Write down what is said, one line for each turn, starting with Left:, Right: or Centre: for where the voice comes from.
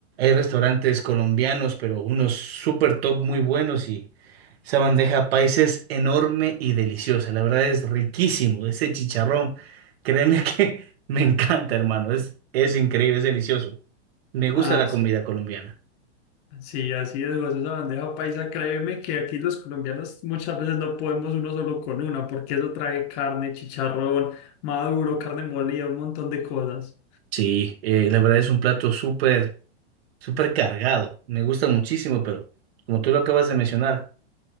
Right: restaurantes colombianos, pero unos super top muy buenos y esa bandeja paisa es enorme y deliciosa. La verdad es riquísimo. Ese chicharrón, créeme que <laughs> me encanta, hermano. Es, es increíble, es delicioso. Me gusta
Left: ah,
Right: la
Left: s-
Right: comida colombiana.
Left: sí, así es, José, esa bandeja paisa. Créeme que aquí los colombianos muchas veces no podemos uno solo con una, porque eso trae carne, chicharrón, maduro, carne molida, un montón de cosas.
Right: Sí, eh, la verdad es un plato súper, súper cargado. Me gusta muchísimo, pero como tú lo acabas de mencionar,